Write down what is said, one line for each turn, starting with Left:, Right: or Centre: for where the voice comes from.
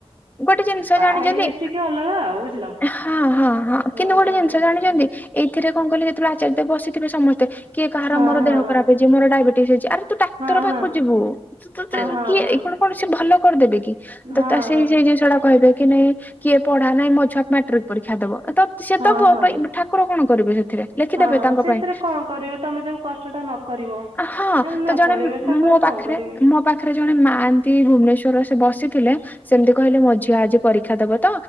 Left: ଗୋଟେ ଜିନିଷ
Right: ବାହା
Left: ଜାଣିଛନ୍ତି
Right: ହେଇ ଯାଇଛି ଟିକେ ଅଲଗା ଆଉ। ବୁଝିଲ
Left: ହଁ ହଁ ହଁ
Right: ହୁଁ
Left: କିନ୍ତୁ ଗୋଟେ
Right: ହୁଁ
Left: ଜିନିଷ ଜାଣିଛନ୍ତି ଏଇଥିରେ କଣ କଲେ ଯେତେବେଳେ ଆଚାର୍ଯ୍ୟ ବସିଥିବେ ସମସ୍ତେ କିଏ କାହାର
Right: ହଁ
Left: ମୋର
Right: ହଁ
Left: ଦେହ ଖରାପ ହେଇଛି। ଯେ ମୋର ଡାଇବେଟିସ୍ ହେଇଛି, ଆରେ ତୁ ଡାକ୍ତର
Right: ହଁ
Left: ପାଖକୁ
Right: ହଁ
Left: ଯିବୁୁ ତୁ ତୋତେ
Right: ହଁ ହଁ
Left: କିଏ
Right: ହଁ
Left: କଣ କୌଣସି ଭଲ କରିଦେବେ କି? ତ
Right: ହଁ ହଁ
Left: ତା ସେଇ ସେଇ ଯୋଉ ସେଇଗୁଡ଼ାକ କହିବେ କି ନାଇଁ କିଏ ପଢା ନାଇଁ ମୋ ଛୁଆ ମାଟ୍ରିକ ପରୀକ୍ଷା ଦବ। ତ ସିଏ
Right: ହଁ
Left: ଦବ
Right: ହଁ
Left: ପାଇ ଠାକୁର କଣ କରିବେ ସେ ଥିରେ ଲେଖିଦେବେ
Right: ହଁ
Left: ତାଙ୍କ
Right: ସେଥିରେ
Left: ପାଇଁ,
Right: କଣ କରିବେ ତମେ ଯୋଉ କଷ୍ଟ ଟା ନ କରିବ
Left: ହଁ
Right: ମାନେ ନ
Left: ତ ଜଣେ
Right: କରିବେ ଠାକୁର
Left: ମୋ
Right: କଣ
Left: ପାଖରେ
Right: କରିବେ
Left: ମୋ ପାଖରେ ଜଣେ ମାଆନ୍ତି ଭୁବନେଶ୍ୱର ସେ ବସିଥିଲେ। ସେମିତି କହିଲେ ମୋ ଝିଅ ଆଜି ପରୀକ୍ଷା ଦବ ତ